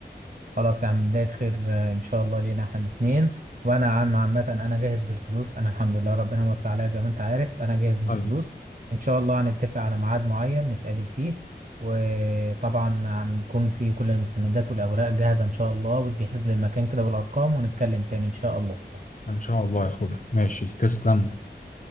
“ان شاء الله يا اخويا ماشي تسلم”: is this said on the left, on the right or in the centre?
Left